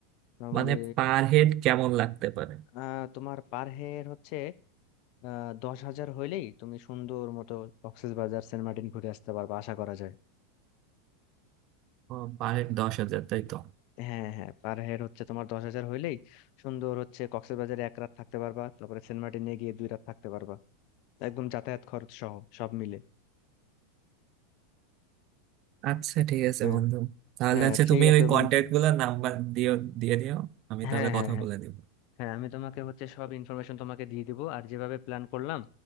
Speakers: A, on the left; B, on the right.
A: নর্মালি
B: মানে পার হেড কেমন লাগতে পারে
A: আহ তোমার পার হেড হচ্ছে আহ দশ হাজার হইলেই তুমি সুন্দর মতো কক্সবাজার সেন্ট মার্টিন ঘুরে আসতে পারবে আশা করা যায়
B: ও পার হেড দশ হাজার তাই তো
A: হ্যাঁ হ্যাঁ পার হেড হচ্ছে তোমার দশ হাজার হইলেই সুন্দর হচ্ছে কক্সবাজারে এক রাত থাকতে পারবা তারপরে সেন্ট মার্টিনে গিয়ে দুই রাত থাকতে পারবা একদম যাতায়াত খরচ সহ সব মিলে
B: আচ্ছা ঠিক আছে
A: হ্যাঁ
B: বন্ধু তাহলে
A: হ্যাঁ
B: হচ্ছে
A: ঠিক
B: তুমি
A: আছে
B: ওই
A: বন্ধু
B: কন্ট্যাক্ট গুলোর নাম্বার দিও দিয়ে দিও আমি
A: হ্যাঁ
B: তাহলে
A: হ্যাঁ
B: কথা
A: হ্যাঁ
B: বলে দিব
A: হ্যাঁ আমি তোমাকে হচ্ছে সব ইনফরমেশন তোমাকে দিয়ে দিব আর যেভাবে প্ল্যান করলাম